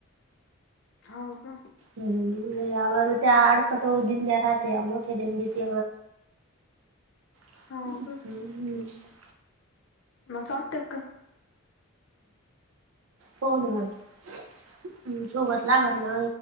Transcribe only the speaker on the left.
हो का?
हो का
मग चालतय काय